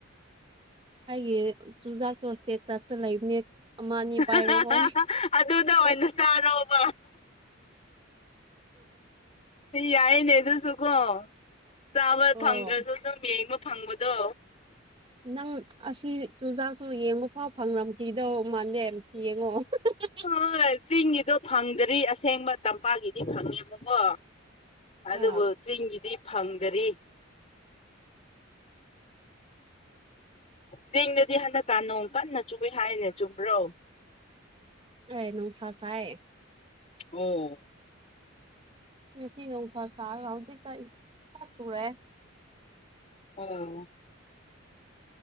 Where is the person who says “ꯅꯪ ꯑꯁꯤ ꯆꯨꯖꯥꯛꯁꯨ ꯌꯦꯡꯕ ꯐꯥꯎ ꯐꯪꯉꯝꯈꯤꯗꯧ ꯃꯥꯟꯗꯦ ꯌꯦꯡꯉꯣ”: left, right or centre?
Right